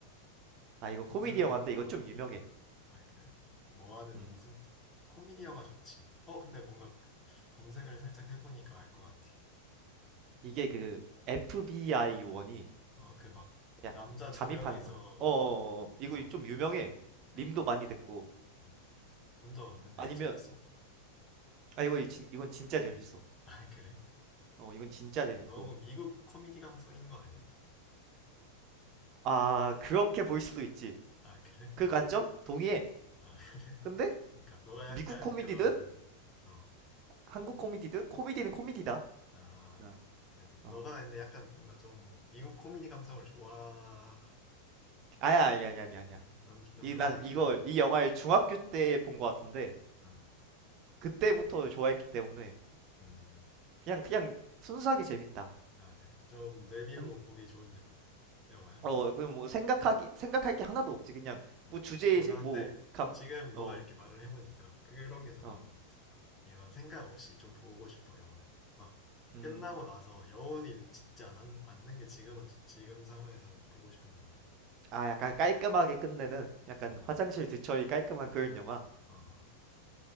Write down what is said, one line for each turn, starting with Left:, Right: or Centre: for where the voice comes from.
Right: 아, 이거 코미디
Left: 무슨
Right: 영화인데 이거
Left: 어아
Right: 좀 유명해.
Left: 그래 뭐하는
Right: 음.
Left: 무슨 코미디 영화 좋지. 어 근데 뭔가 그 검색을 살짝 해보니까 알 것 같아.
Right: 이게 그 FBI 요원이
Left: 어 그 막
Right: 약
Left: 남자
Right: 잠입하는
Left: 두 명이서
Right: 건. 어, 어, 어. 어. 이거
Left: 어
Right: 좀 유명해.
Left: 그러니까
Right: 밈도 많이 됐고.
Left: 음, 본적 없는데
Right: 아니면
Left: 이거 재밌어?
Right: 아 이거 이 진- 이건 진짜 재밌어.
Left: 아 그래?
Right: 어, 이건 진짜 재밌고.
Left: 너무 미국 코미디 감성인 거 아니야?
Right: 아, 그렇게 볼 수도 있지.
Left: 아 그래?
Right: 그 관점? 동의해.
Left: 아,
Right: 근데
Left: 그러니까 너가
Right: 미국
Left: 약간
Right: 코미디든
Left: 그런 어,
Right: 한국 코미디든 코미디는 코미디다.
Left: 아,
Right: 어.
Left: 그지.
Right: 어.
Left: 너가 근데 약간 뭔가 좀 미국 코미디 감성을 좋아하나?
Right: 아야, 아야, 아야, 아야,
Left: 아니야?
Right: 아야.
Left: 넌, 넌
Right: 이,
Left: 그런가
Right: 난
Left: 보지.
Right: 이거,
Left: 난, 어,
Right: 이 영화를 중학교 때 본 것 같은데,
Left: 어,
Right: 그때부터 좋아했기 때문에,
Left: 음,
Right: 그냥, 그냥 순수하게 재밌다.
Left: 아, 그래? 좀 내비우고
Right: 음,
Left: 보기 좋은 여- 영화야?
Right: 어, 그냥 뭐 생각하기, 생각할 게 하나도 없지. 그냥,
Left: 오케이.
Right: 뭐 주제의식,
Left: 어, 나
Right: 뭐,
Left: 근데
Right: 감,
Left: 지금 너가
Right: 어,
Left: 이렇게 말을 해보니까 그런 게 더
Right: 어,
Left: 나은 것 같아. 이런 생각 없이 좀 보고 싶어, 영화를. 막
Right: 음.
Left: 끝나고 나서 여운이 짓지 않, 않는 게 지금은, 지금 상황에서는 보고 싶은 영화야.
Right: 아, 약간 깔끔하게 끝내는, 약간
Left: 어,
Right: 화장실 뒤처리 깔끔한 그런 영화.
Left: 어, 어.